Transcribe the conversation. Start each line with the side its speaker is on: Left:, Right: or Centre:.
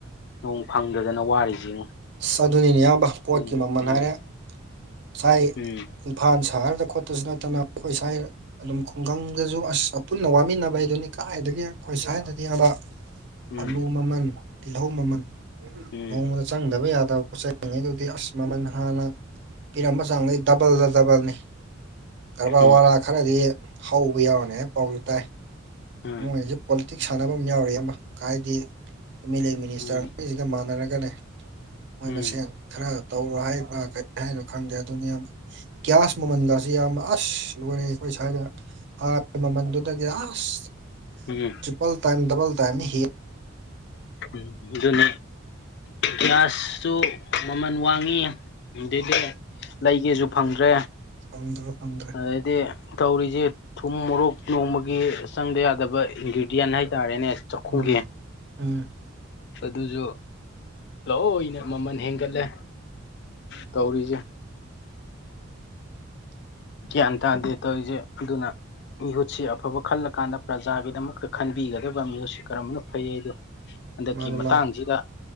Left: ꯅꯣꯡ ꯐꯪꯗꯗꯅ ꯋꯥꯔꯤꯁꯤꯉꯣ
Right: ꯆ ꯑꯗꯨꯅꯤꯅꯦ ꯏꯌꯥꯝꯕ ꯄꯣꯠꯀꯤ
Left: ꯎꯝ
Right: ꯃꯃꯜ
Left: ꯎꯝ
Right: ꯍꯥꯏꯔꯦ ꯉꯁꯥꯏ
Left: ꯎꯝ
Right: ꯏꯝꯐꯥꯜ ꯁꯍꯔꯗ ꯈꯣꯠꯇꯄꯁꯨ ꯅꯠꯇꯅ ꯑꯩꯈꯣꯏ ꯁꯋꯥ ꯑꯗꯨꯝ ꯈꯨꯡꯒꯪꯗꯁꯨ ꯑꯁ ꯑ ꯄꯨꯟꯅ ꯋꯥꯃꯤꯟꯅꯕ ꯍꯥꯏꯗꯨꯅꯤ ꯀꯗꯥꯥꯏꯗꯒꯤ ꯑꯩꯈꯣꯏ ꯁ꯭ꯋꯥꯏꯗꯗꯤ ꯍꯕ
Left: ꯎꯝ
Right: ꯑꯂꯨ ꯃꯃꯜ ꯇꯤꯜꯍꯧ ꯃꯃꯜ
Left: ꯎꯝ
Right: ꯅꯣꯡꯃꯗ ꯆꯪꯗꯕ ꯌꯥꯗꯕ ꯄꯣꯠꯆ ꯆꯩꯔꯤꯉꯩꯗꯨꯗꯤ ꯑꯁꯃꯃꯜ ꯍꯥꯟꯅ ꯄꯤꯔꯝꯕ ꯆꯥꯡꯗꯩ ꯗꯕꯜꯗ ꯗꯕꯜꯅꯤ ꯀꯔꯕꯥꯔ
Left: ꯎꯝ
Right: ꯋꯥꯔꯥ ꯈꯔꯗꯤ ꯍꯥꯎꯕ ꯌꯥꯎꯔꯅꯤ ꯍꯥꯏꯕ ꯄꯥꯎꯁꯨ ꯇꯥꯏ
Left: ꯎꯝ
Right: ꯃꯣꯏꯅꯁꯨ ꯄꯣꯂꯤꯇꯤꯛꯁ ꯁꯥꯟꯅꯕ ꯌꯥꯎꯔꯤ ꯑꯃ ꯍꯥꯏꯗꯤ ꯑꯦꯝ ꯑꯦꯜ ꯑꯦ ꯃꯤꯅꯤꯁꯇꯔꯁꯤꯒ
Left: ꯎꯝ
Right: ꯃꯥꯟꯅꯔꯒꯅꯦ ꯃꯣꯏ
Left: ꯎꯝ
Right: ꯃꯁꯦꯟ ꯈꯔ ꯇꯧꯔꯣ ꯍꯥꯏꯕ꯭ꯔꯥ ꯍꯥꯏꯅꯣ ꯈꯪꯗꯦ ꯑꯗꯨꯅ ꯌꯥꯝ ꯒ꯭ꯌꯥꯁ ꯃꯃꯟꯒꯁꯤꯦ ꯌꯥꯝꯅ ꯑꯁ ꯂꯣꯏꯔꯛꯑꯦ ꯑꯩꯈꯣꯏ ꯁ꯭ꯋꯥꯏꯗ ꯃꯃꯟꯗꯨꯗꯒꯤ ꯑꯁ
Left: ꯎꯝ ꯎꯝ
Right: ꯇ꯭ꯔꯤꯄꯜ ꯇꯥꯏꯝ ꯗꯕꯜ ꯇꯥꯏꯝ ꯍꯤ
Left: ꯎꯝ ꯑꯗꯨꯅ ꯒ꯭ꯌꯥꯁꯁꯨ ꯃꯃꯜ ꯋꯥꯡꯉꯤ ꯑꯗꯨꯗꯤ ꯂꯩꯒꯦꯁꯨ ꯐꯪꯗ꯭ꯔꯦ
Right: ꯐꯪꯗ꯭ꯔꯦ ꯐꯪꯗ꯭ꯔꯦ
Left: ꯑꯗꯩꯗꯤ ꯇꯧꯔꯤꯁꯦ ꯊꯨꯝ ꯃꯣꯔꯣꯛ ꯅꯣꯡꯃꯒꯤ ꯆꯪꯗ ꯌꯥꯗꯕ ꯏꯟꯒ꯭ꯔꯤꯗꯤꯌꯦꯟ ꯍꯥꯏꯇꯥꯔꯦꯅꯦ ꯆꯥꯛꯈꯨꯝꯜꯒꯤ
Right: ꯎꯝ ꯎꯝ
Left: ꯑꯗꯨꯁꯨ ꯂꯣꯏꯅ ꯃꯃꯜ ꯍꯦꯟꯒꯠꯂꯦ ꯇꯧꯔꯤꯁꯦ ꯌꯥꯟ ꯇꯗ ꯇ ꯑꯣꯏꯁꯦ ꯑꯗꯨꯅ ꯃꯤꯍꯨꯠꯁꯤ ꯑꯐꯕ ꯈꯜꯂꯀꯥꯟꯗ ꯄ꯭ꯔꯖꯥꯒꯤꯗꯃꯛꯇ ꯈꯟꯕꯤꯒꯗꯕ ꯃꯤꯍꯨꯠꯁꯤ ꯀꯔꯝꯕꯅ ꯐꯩ ꯍꯥꯏꯗꯣ ꯍꯟꯗꯛꯀꯤ
Right: ꯃꯥꯅꯤ
Left: ꯃꯇꯥꯡꯁꯤꯗ
Right: ꯃꯥꯅꯤ